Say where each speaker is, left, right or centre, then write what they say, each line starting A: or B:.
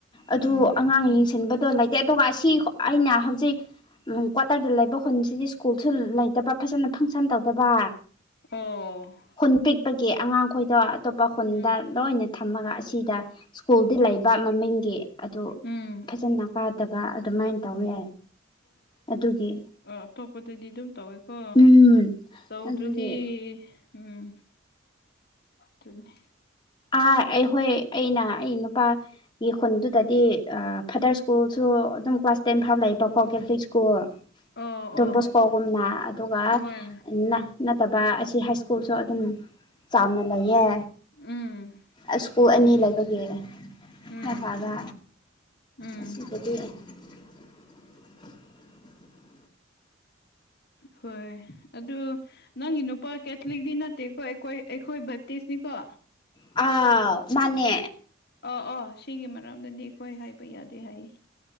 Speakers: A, on the left; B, on the left.
A: ꯑꯗꯨ
B: ꯎꯝ
A: ꯑꯉꯥꯡ ꯌꯦꯡꯁꯤꯟꯕꯗꯣ ꯂꯩꯇꯦ ꯑꯗꯨꯒ ꯑꯁꯤ ꯑꯩꯅ ꯍꯧꯖꯤꯛ ꯀ꯭ꯋꯥꯇꯔꯗ ꯂꯩꯕ ꯈꯨꯟꯁꯤꯗꯤ ꯁ꯭ꯀꯨꯜꯁꯨ ꯂꯩꯇꯕ ꯐꯖꯅ ꯐꯪꯁꯟ ꯇꯧꯗꯕ
B: ꯑꯣ
A: ꯈꯨꯟ ꯄꯤꯛꯄꯒꯤ ꯑꯉꯥꯡꯈꯣꯏ ꯗꯣ ꯑꯇꯣꯞꯄ ꯈꯨꯟꯗ
B: ꯎꯝ
A: ꯂꯣꯏꯅ ꯊꯝꯃꯒ ꯑꯁꯤꯗ ꯁ꯭ꯀꯨꯜꯗꯤ ꯂꯩꯕ ꯃꯃꯤꯡꯒꯤ ꯑꯗꯨ
B: ꯎꯝ
A: ꯐꯖꯅ ꯀꯥꯗꯕ ꯑꯗꯨꯃꯥꯏꯅ ꯇꯧꯋꯦ ꯑꯗꯨꯒꯤ
B: ꯑ ꯑꯇꯣꯞꯄꯗꯗꯤ ꯑꯗꯨꯝ ꯇꯧꯋꯦꯀꯣ
A: ꯎꯝ
B: ꯆꯧꯗ꯭ꯔꯗꯤ
A: ꯑꯗꯨꯒꯤ
B: ꯎꯝ ꯑꯗꯨꯅꯤ
A: ꯑꯥ ꯑꯩꯈꯣꯏ ꯑꯩꯅ ꯑꯩ ꯅꯨꯄꯥꯒꯤ ꯈꯨꯟꯗꯨꯗ ꯗꯤ ꯑ ꯐꯥꯗꯔ ꯁ꯭ꯀꯨꯜꯁꯨ ꯑꯗꯨꯝ ꯀ꯭ꯂꯥꯁ ꯇꯦꯟ ꯐꯥꯎꯕ ꯂꯩꯕꯀꯣ ꯀꯦꯊꯂꯤꯛ ꯁ꯭ꯀꯨꯜ
B: ꯑꯣ
A: ꯗꯣꯝꯕꯣꯁꯀꯣꯒꯨꯝꯅ
B: ꯑꯣ
A: ꯑꯗꯨꯒ
B: ꯑꯍꯣꯏ
A: ꯅ ꯅꯠꯇꯕ ꯑꯁꯤ ꯍꯥꯏ ꯁ꯭ꯀꯨꯜꯁꯨ ꯑꯗꯨꯝ ꯆꯥꯎꯅ ꯂꯩꯌꯦ
B: ꯎꯝ
A: ꯑꯁꯀꯨꯜ ꯑꯅꯤ ꯂꯩꯕꯒꯤ
B: ꯎꯝ
A: ꯔꯦꯀꯗ
B: ꯎꯝ
A: ꯑꯁꯤꯗꯗꯤ <inaudible>
B: ꯍꯣꯏ ꯑꯗꯨ ꯅꯪꯒꯤ ꯅꯨꯄꯥ ꯀꯦꯊꯂꯤꯛꯇꯤ ꯅꯠꯇꯦꯀꯣ ꯑꯩꯈꯣꯏ ꯑꯩꯈꯣꯏ ꯕꯇꯤꯁꯅꯤꯀꯣ
A: ꯑ ꯃꯥꯅꯦ
B: ꯑ ꯑꯣ ꯁꯤꯒꯤ ꯃꯔꯝꯗꯗꯤ ꯑꯩꯈꯣꯏ ꯍꯥꯏꯕ ꯌꯥꯗꯦ ꯍꯥꯏꯌꯦ